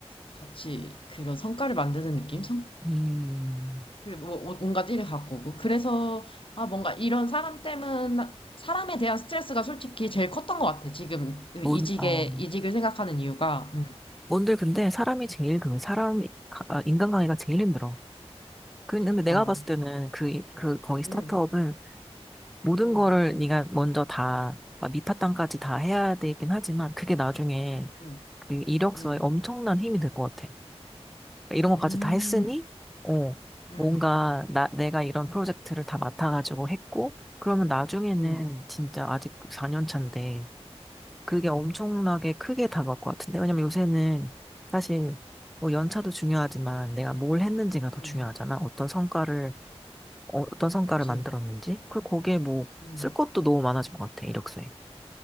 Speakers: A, on the left; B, in the centre.
A: 같이 그런 성과를 만드는 느낌? 성
B: 음.
A: 그리고 뭐- 뭐- 뭔가 일을 갖고 오고 그래서 아 뭔가 이런 사람 때문 사람에 대한 스트레스가 솔직히 제일 컸던 것 같아. 지금 그
B: 뭔,
A: 이직에
B: 어,
A: 이직을 생각하는 이유가 음.
B: 뭔들 근데 사람이 제일 그 사람, 아, 인간관계가 제일 힘들어. 그,
A: 그니까.
B: 근데 내가 봤을 때는 그, 이- 그, 거기 스타트업은
A: 음,
B: 모든
A: 음,
B: 거를 네가 먼저 다, 막 밑바탕까지 다 해야 되긴 하지만 그게 나중에
A: 음,
B: 그 이력서에
A: 음,
B: 엄청난 힘이 될 것 같아. 그러니까 이런
A: 음,
B: 것까지 다 했으니, 어,
A: 음,
B: 뭔가 나, 내가 이런 프로젝트를 다 맡아가지고 했고, 그러면 나중에는
A: 음,
B: 진짜 아직 4년 차인데, 그게
A: 음,
B: 엄청나게 크게 다가올 것 같은데. 왜냐면 요새는 사실 뭐 연차도 중요하지만 내가 뭘 했는지가 더
A: 음,
B: 중요하잖아. 어떤 성과를, 어, 떤 성과를
A: 그치,
B: 만들었는지. 그, 거기에 뭐,
A: 음,
B: 쓸 것도 너무 많아진 것 같아, 이력서에.